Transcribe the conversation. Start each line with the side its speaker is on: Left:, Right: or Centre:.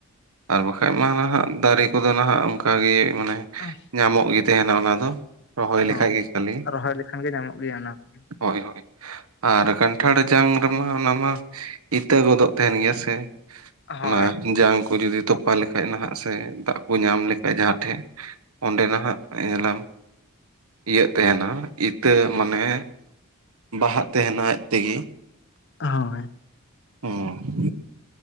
Right: ᱟᱨ ᱵᱟᱠᱷᱟᱡ ᱢᱟ ᱱᱟᱦᱟᱜ ᱫᱟᱨᱮ ᱠᱚᱫᱚ ᱱᱟᱦᱟᱜ ᱚᱱᱠᱟ ᱜᱮ ᱢᱟᱱᱮ
Left: ᱟᱦ᱾
Right: ᱧᱟᱢᱚᱜ ᱜᱮ ᱛᱟᱦᱮᱱᱼᱟ ᱚᱱᱟ ᱫᱚ᱾ ᱨᱚᱦᱚᱭ
Left: ᱦᱚᱸ
Right: ᱞᱮᱠᱷᱟᱡ ᱜᱮ ᱠᱷᱟᱹᱞᱤ
Left: ᱨᱚᱦᱚᱭ ᱞᱮᱠᱷᱟᱱ ᱜᱮ ᱧᱟᱢᱚᱜ ᱜᱮᱭᱟ ᱚᱱᱟ ᱠᱚ᱾
Right: ᱦᱳᱭ ᱦᱳᱭ ᱟᱨ ᱠᱟᱱᱴᱷᱟᱲ ᱡᱟᱝ ᱨᱮᱢᱟ ᱚᱱᱟᱢᱟ ᱤᱛᱟᱹ ᱜᱚᱫᱚᱜ ᱛᱟᱦᱮᱱ ᱜᱮᱭᱟ ᱥᱮ
Left: ᱦᱳᱭ
Right: ᱚᱱᱟ ᱡᱟᱝ ᱠᱚ ᱡᱩᱫᱤ ᱛᱚᱯᱟ ᱞᱮᱠᱷᱟᱡ ᱱᱟᱦᱟᱜ ᱥᱮ ᱫᱟᱜ ᱠᱚ ᱧᱟᱢ ᱞᱮᱠᱷᱟᱡ ᱡᱟᱦᱟᱸ ᱴᱷᱮᱡ ᱚᱸᱰᱮ ᱱᱟᱦᱟᱜ ᱡᱟᱱᱟᱢ ᱤᱭᱟᱹᱜ ᱛᱟᱭᱟᱦᱱᱼᱟ ᱤᱛᱟᱹ ᱢᱟᱱᱮ ᱵᱟᱦᱟᱜ ᱛᱟᱦᱮᱱᱼᱟ ᱟᱡ ᱛᱮᱜᱮ
Left: ᱦᱳᱭ
Right: ᱦᱩᱸ